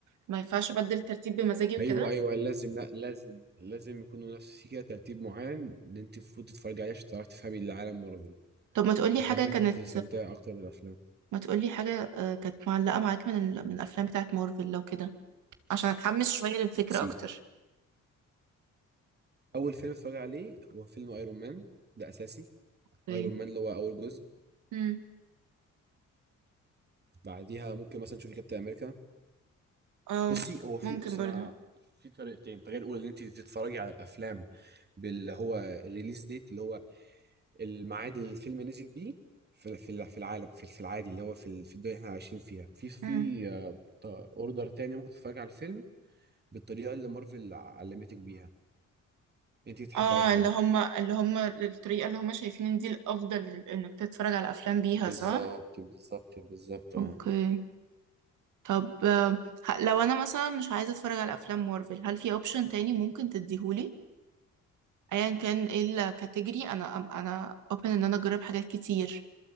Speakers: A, on the right; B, on the right.
A: ما ينفعش ابدل الترتيب بمزاجي وكده
B: ايوه ايوه لازم لا لازم لازم يكونوا نفس في كده ترتيب معين اللي انت المفروض تتفرجي عليه عشان تعرفي تفهمي اللي عالم مارفل
A: طب ما تقولي
B: وتعرفي
A: حاجة كانت
B: تستمتعي اكتر بالافلام
A: ما تقولي حاجة آه، كانت معلقة معاك من ال... من الافلام بتاعت مارفل لو كده عشان اتحمس شوية للفكرة
B: سي
A: اكتر
B: اول فيلم اتفرج عليه هو فيلم ايرون مان ده اساسي
A: اوكي
B: ايرون مان اللي هو اول جزء
A: امم
B: بعديها ممكن مثلا تشوفي كابتن امريكا
A: اه
B: بصي هو في
A: ممكن
B: بص
A: برضه
B: انا في طريقتين الطريقه الاولى ان انت تتفرجي على الافلام باللي هو الريليز ديت اللي هو الميعاد اللي الفيلم نزل بيه في في في العالم في في العادي اللي هو في ال- في الدنيا اللي احنا عايشين فيها في في
A: امم
B: اوردر تاني ممكن تتفرجي على الفيلم بالطريقه اللي مارفل علمتك بيها انت تحبي
A: اه
B: اي حاجه
A: اللي هما اللي هما الطريقة اللي هما شايفين ان دي الافضل انك تتفرج على افلام بيها
B: بالظبط
A: صح
B: بالظبط بالظبط اه
A: اوكي طب آه، ه- لو انا مثلا مش عايزه اتفرج على افلام مارفل هل في اوبشن تاني ممكن تديهولي ايا كان ايه الكاتيجوري انا أم- انا اوبن ان انا اجرب حاجات كتير